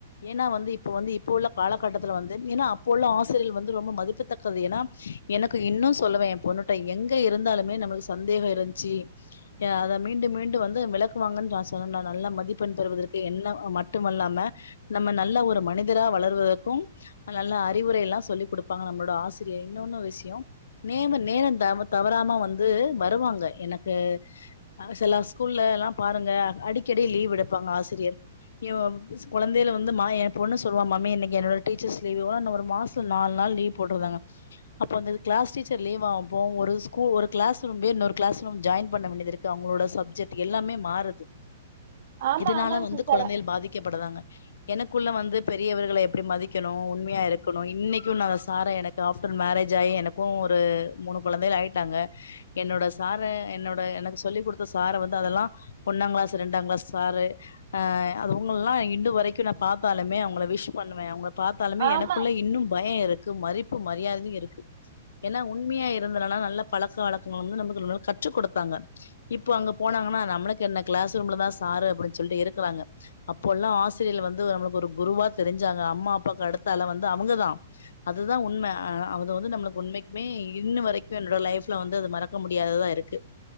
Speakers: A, on the left (about 85°); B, on the right (about 40°).
A: ஏன்னா வந்து இப்பொ வந்து இப்பொ உள்ள காலகட்டத்துல வந்து ஏன்ன அப்பொ உள்ள ஆசிரியர்கள் வந்து ரொம்ப மதிப்புத்தக்கது ஏனா எனக்கு இன்னு சொல்லுவெ எ பொண்ணுட எங்க இருந்தாலுமே நம்ளுக்கு சந்தேக இருந்ச்சு அ அத மீண்டு மீண்டு வந்து விளக்குவாங்கன்றா சொன்னனா நல்ல மதிப்பெண் பெறுவதற்கு என்ன மட்டுமல்லாம நம்ம நல்ல ஒரு மனிதரா வளருவதக்கு நல்ல அறிவுரைல்லா சொல்லி் குடுப்பாங்க நம்புளோட ஆசிரியர் இன்னொன்னு விஷ்யொ நேம நேரொ தம தவறாம வந்து வருவாங்க எனக்கு அ சில ஸ்கூல்ல எல்லா பாருங்க அடிக்கடி லீவ் எடுப்பாங்க ஆசிரியர் இவ் குழந்தையில வந்து மா என் பொண்ணு சொல்லுவா மம்மி இன்னைக்கு என்னோட டீச்சர்ஸ் லீவு ஒரு மாசொ நாலு நாள் லீவ் போடுகுதாங்க அப்போ அந்த கிளாஸ் டீச்சர் லீவாகும்போ ஒரு ஸூல் ஒரு கிளாஸ் ரூம் பேர் இன்னொரு கிளாஸ் ரூம் ஜாயின் பண்ண வேண்டியதுருக் டு அவங்களோட சப்ஜெக்ட் எல்லாமே மாறுது
B: ஆமா
A: இதுனால
B: ஆமாங்க
A: வந்து
B: சிஸ்டர்
A: கொழந்தைகள் பாதிக்கப்படுறாங்க எனக்குள்ள வந்து பெரியவர்கள எப்படி மதிக்கணு உண்மையா இருக்கணு இன்னைக்கு நா அந்த சார எனக்கு ஆஃப்டர் மேரேஜ் ஆயி எனக்கு ஒரு மூணு கொழந்தைகள் ஆயிட்டாங்க என்னோட சார என்னோட எனக்குச் சொல்லி குடுத்த சார வந்து அதெல்லா ஒண்ணாங்கிளாஸ் ரெண்டாங்கிளாஸ் சாரு ஆஹ் அது இவங்கல்லா இன்டுவரைக்கு நா பாத்தாலுமே அவுங்கள விஷ் பண்ணுவே அவுங்கப் பாத்தாலுமே
B: ஆமா
A: எனக்குள்ள இன்னு பய இருக் க்கு மதிப்பு மரியாதையு இருக்கு ஏனா உண்மையா இருந்தனால நல்ல பழக்க வழக்கங்கள் வந்து நமக்கு னு கற்றுக் கொடுத்தாங்க இப்போ அங்க போனாங்கன்னா நம்ளுக்கு என்ன கிளாஸ் ரூம்லதா சாரு அப்டின் சொல்லிட்டு இருக்கிறாங்க அப்போல்லா ஆசிரியர்கள் வந்து நம்மளுக்கு ஒரு குருவா தெரிஞ்சாங்க அம்மா அப்பாக்கு அடுத்தால வந்து அவங்கதா அதுதான் உண்ம ஆஹ் அது வந்து நம்மளுக்கு உண்மைக்குமே இன்னு வரைக்கு என்னோட லைஃப்ல வந்து அது மறக்க முடியாததா இருக்கு